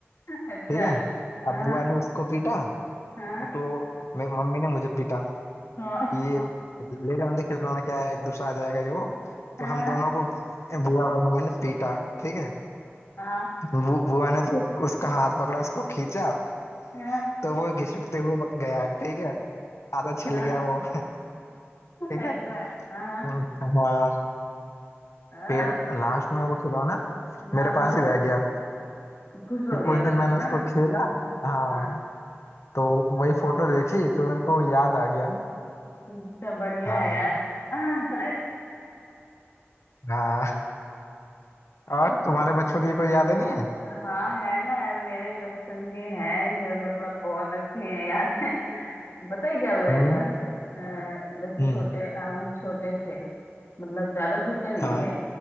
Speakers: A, on the left; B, on the left.
A: अच्छा
B: ठीक है
A: हाँ
B: अब बुआ ने उसको पीटा
A: हाँ
B: और तो मे- मम्मी ने मुझे पीटा
A: हाँ
B: कि ये ले जाने दे खिलौना क्या है दूसरा आ जाएगा ये वो
A: हाँ
B: तो हम दोनों को बुआ और मम्मी ने पीटा ठीक है
A: हाँ
B: बु, बुआ ने तो उसका हाथ पकड़ा उसको खींचा
A: हाँ
B: तो वो घिसटते हुए गया ठीक है आधा छिल
A: हाँ
B: गया वो
A: अच्छा
B: ठीक है
A: हाँ
B: हम्म, हाँ
A: हाँ
B: फिर लास्ट में वो खिलौना
A: हाँ
B: मेरे पास
A: हाँ
B: ही रह गया
A: खुश हो
B: फिर
A: गया
B: कुछ
A: मतलब
B: दिन मैंने उसको
A: हाँ
B: खेला हाँ
A: हाँ
B: तो वही फोटो देखी तो मेरे को याद आ गया
A: अच्छा बढ़िया
B: हाँ
A: है यार <laughs>
B: हाँ और तुम्हारे बचपन की कोई यादें नहीं है
A: हाँ है ना यार मेरे बचपन के हैं जो मतलब बहुत अच्छे हैं याद है <laughs> पता है क्या हुआ
B: हम्म
A: एक बार अ, वैसे
B: हम्म
A: छोटे अ, हम छोटे थे मतलब ज्यादा छोटे नहीं
B: हाँ
A: थे